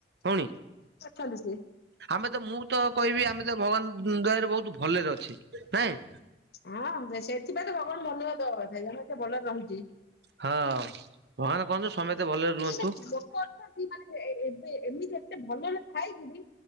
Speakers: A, on the right; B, on the left.
A: ଭଉଣୀ?
B: ଚାଲିୁଛି।
A: ଆମେ ତ ମୁଁ ତ କହିବି ଆମେ ତ ଭଗବାନ ଦୟାରୁ ବହୁତ ଭଲରେ ଅଛେ ନାଏ।
B: ହଁ ସେଥିପାଇଁ ତ ଭଗବାନ ଧନ୍ୟବାଦ ଦବା କଥା ଆମେ ମତେ ଭଲରେ ରହିଛେ।
A: ହଁ ଭଗବାନ୍ କରନ୍ତୁ ସମତେ ଭଲରେ ରୁହନ୍ତୁ।
B: ମାନେ ଲୋକ ଅଛନ୍ତି ମାନେ ଏ ଏ ଏବେ ଏମିତି ଏତେ ଭଲରେ ଥାଇ ବି